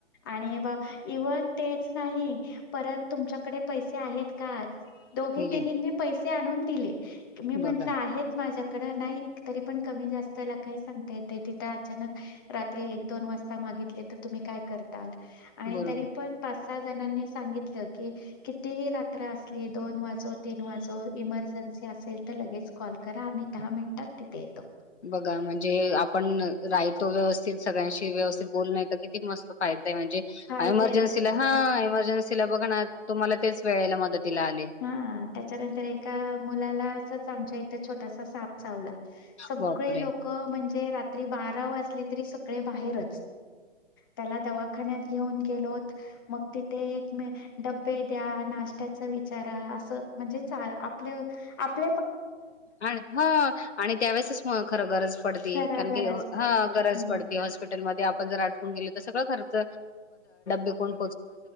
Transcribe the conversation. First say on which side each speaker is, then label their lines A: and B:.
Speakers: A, on the left (about 20°); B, on the left (about 60°).
A: आणि इव्हन तेच नाही परत तुमच्याकडे पैसे आहेत का दोघी
B: ये
A: तिघीं पैसे आणून दिले मी म्हंटलं
B: बघा
A: आहे माझ्या नाही तरी पण कमी जास्त का सांगता येत तिथं अचानक रात्री एक दोन वाजता मागितले तर तुम्ही काय कर
B: बरोबर
A: तरी पण काही जणांनी सांगितलं की कितीही रात्र असली दोन वाजू तीन वाजो इमर्जन्सी असेल तर लगेच कॉल करा आम्ही दहा मिनिटात तिथे येतो
B: बघा म्हणजे आपण राहतो व्यवस्थित सगळ्यांशी व्यवस्थित ब किती मस्त फायदा म्हणजे
A: फायदे
B: एमर्जन्सीला
A: आहेत त्याचे
B: हा मन्स बघ तुम्हाला तेच वेळेला मदतीला म आले
A: हा त्याच्यानंतर एका मुलाला असच आमच्या इथे छोटासा साप चावला सगळे
B: बापरे
A: लोक म्हणजे बारा वा तरी सगळे बाहेर त्या दवाखान्या घेऊन गेलो मग तिथे बे द्या विचारा अस म्हणजे आप आप
B: आणि ह आणि त्यावेेळेसच हो खं गरज पड
A: खर
B: कारण
A: गरज
B: की
A: पडते
B: हा
A: हम्म
B: गरज पडते हॉस्पिटल मध्ये आपण जर खर्च बेो